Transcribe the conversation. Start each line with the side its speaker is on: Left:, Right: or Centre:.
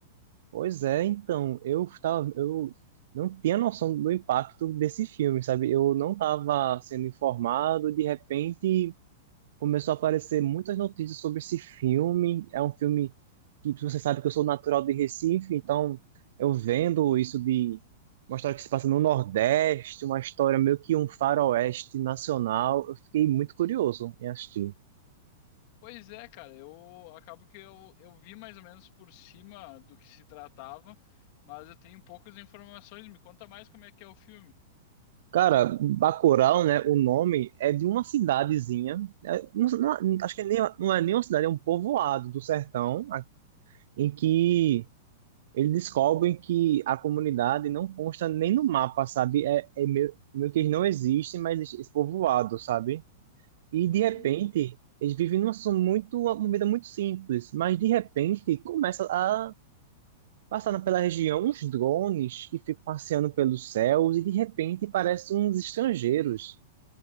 Right: Pois é, então. Eu tava... eu não tinha noção do impacto desse filme, sabe? Eu não estava sendo informado. De repente. começou a aparecer muitas notícias sobre esse filme. É um filme que você sabe que eu sou natural de Recife, então eu vendo isso de uma história que se passa no Nordeste, uma história meio que um faroeste nacional, eu fiquei muito curioso em assistir.
Left: Pois é, cara, eu acabo que eu, eu vi mais ou menos por cima do que se tratava, mas eu tenho poucas informações. Me conta mais como é que é o filme.
Right: Cara, Bacurau, né? O nome é de uma cidadezinha. é, não- não- acho que é nem, não é nem uma cidade, é um povoado do sertão, em que eles descobrem que a comunidade não consta nem no mapa, sabe? É, é meio, meio que eles não existem, mas existe esse povoado, sabe? E de
Left: Uhum.
Right: repente, eles vivem numa situação muito, uma vida muito simples, mas de repente começa a passar pela região uns drones que ficam passeando pelos céus e de repente parecem uns estrangeiros